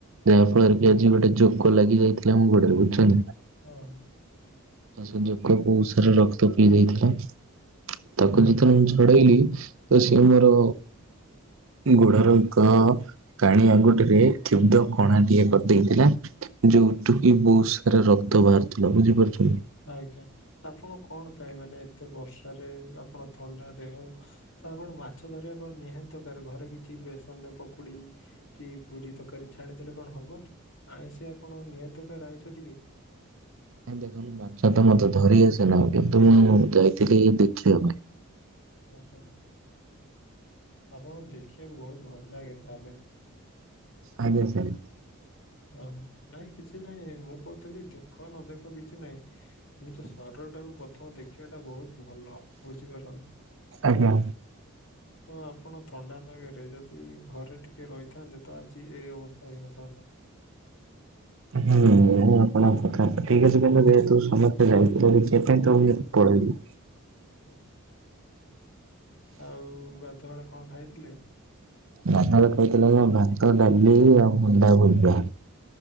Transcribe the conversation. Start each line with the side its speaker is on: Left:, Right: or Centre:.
Right: ଯାହା ଫଳରେ କି ଆଜି ଗୋଟେ ଜୋ କ ଲାଗି ଯାଇଥିଲେ ମୁଁ ଗୋଡରେ ବୁଝୁଛନ୍ତି ନା
Left: ହଁ ହ
Right: ସେ ଯୋକ ବହୁତ ସାରା ରକ୍ତ ପିଇ ଦେଇଥିଲା। ତାକୁ
Left: ଓହୋ।
Right: ଯେତେବେଳେ ମୁଁ ଛଡେଇଲି ତ ସିଏ ମୋର ଗୋଡର ଏକ କାଣି ଆଙ୍ଗୁଠିରେ କ୍ଷୁବ୍ଧ କଣା ଟଏ କରିଦେଇଥିଲା। ଯୋଉଠୁ କି ବହୁତ ସାରା ରକ୍ତ ବାହାରୁ ଥିଲା ବୁଝିପାରୁଛନ୍ତି
Left: ଆଜ୍ଞା ଆପଣ କଣ ପାଇଁ ମାନେ ଏତେ ବର୍ଷାରେ ଆପଣ ଥଣ୍ଡା ଦେହ ତା କଣ ମାଛ ଧରିବା କଣ ନିହାତି ଦରକାର ଘରେ କିଛି ଛି ବେସନରେ ପକୁଡି କି ପୁରୀ ତରକାରୀ ଛାଣିଦେଲେ କଣ ହବନି? ଆଇଁଷିଆ କଣ ନିହାତି ଦରକାର ଆଇଁଷ ଟିକେ
Right: ନାଇଁ ଦେଖନ୍ତୁ ମାଛ ତ ମତେ ଧରି ଆସନା କିନ୍ତୁ ମୁଁ ଯାଇଥିଲି ଦେଖିବା ପାଇଁ।
Left: ଓହୋ ଆପଣଙ୍କୁ ଦେଖିବାକୁ ବହୁତ ଭଲ ଲାଗେ ତାହେଲେ
Right: ଆଜ୍ଞା ସାର୍
Left: ହ ନାଇଁ କିଛି ନାଇଁ ମୁଁ କହୁଥିଲି ଦେଖ ନ ଦେଖ କିଛି ନାଇଁ ନିଜ ଶରୀର ଟାକୁ ପ୍ରଥମ ଦେଖିବା ଟା ବହୁତ ଭଲ। ବୁଝିପାରୁଛନ୍ତି।
Right: ଆଜ୍ଞା
Left: ତ ଆପଣ ଥଣ୍ଡା ପାଗରେ ଯଦି ଘରେ ଟିକେ ରହିଥାନ୍ତେ ତ ଆଜି ଏଇ ଅବସ୍ଥା ହେଇନଥାନ୍ତା।
Right: ହୁଁ ଆପଣଙ୍କ କଥା ହେତା ଠିକ୍ ଅଛି କହିଲଲେ ଯେହେତୁ ସମସ୍ତେ ଯାଇଥିଲ ଦେଖିବା ପାଇଁ ତ <unintelligible> ପଳେଇଲି।
Left: ଓ ଆଉ ଗାଧବେଳେ କଣ ଖାଇଥିଲେ?
Right: ଗାଧୁଆ ବେଳେ ଖାଇଥିଲି ଯେ ଭାତ ଡାଲି ଆଉ ଅଣ୍ଡା ଭୁଜିଆ।